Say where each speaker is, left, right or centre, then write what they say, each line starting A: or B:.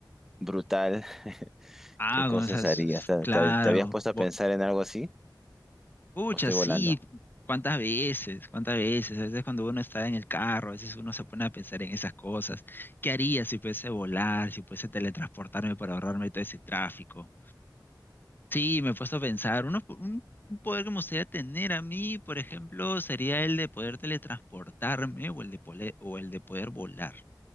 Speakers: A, in the centre; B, on the left (about 25°).
A: brutal?
B: Ah,
A: ¿Qué cosas
B: con esas,
A: harías?
B: es-
A: ¿Te,
B: claro,
A: te- te habías puesto
B: bo-
A: a pensar en algo así?
B: pucha,
A: ¿O estoy
B: sí,
A: volando?
B: cuántas veces, cuántas veces, a veces cuando uno está en el carro, a veces uno se pone a pensar en esas cosas. ¿Qué haría si pudiese volar, si pudiese teletransportarme para ahorrarme todo ese tráfico? Sí, me he puesto a pensar, uno, un, un poder que me gustaría tener a mí, por ejemplo, sería el de poder teletransportarme o el de, pole- o el de poder volar.